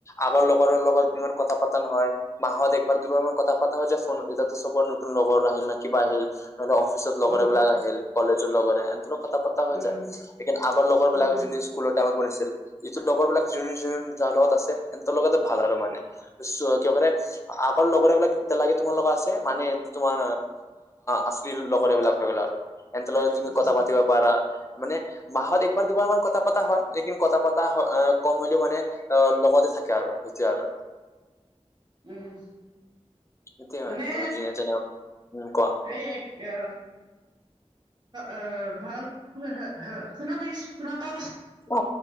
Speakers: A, on the left; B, on the right.
A: আগৰ লগৰৰ লগত ইমান কথা পাতা নহয় মাহত একবাৰ দুইবাৰমান কথা পাতা হৈ যায় ফোনত এতিয়াতো চবই নতুনৰু। লগৰ আহিল না কিবা আহিল ধৰিল অফিচত লগৰবিলাক
B: উম
A: আহিল কলেজত লগৰে আহে। কথা পতা হৈ
B: উম
A: যায় লেকিন আগৰ লগৰ বিলাক
B: উম
A: জিন জিন স্কুলৰ টাইমত পৰিছিল। ইটো লগৰ বিলাক জোন জোন যাৰ লগত আছে এতৰ লগতে ভাল আৰু মানে চ কেবাৰে আক অকল লগৰেবিলাক এতিয়ালেগে তোমাৰ লগত আছে মানে তোমাৰ আশ্লি লগৰে বিলাক হৈ গ'ল আৰু। এন্ট লত তুমি
B: উম
A: কথা পাতিব পাৰা মানে মাহত একবাৰ দুবাৰ মান কথা পাতা হয় লেকিন কথা পাত টা হ এ কম হলেও মানে অ লগতে থাকে আৰু এতিয়া‌ আৰু।
B: উম।
A: সেইটোৱে
B: মানে
A: তুমি যেনে উম কোৱা
B: এই অ অ ভাল শু শুনা বাইচ শুনা পা।
A: অ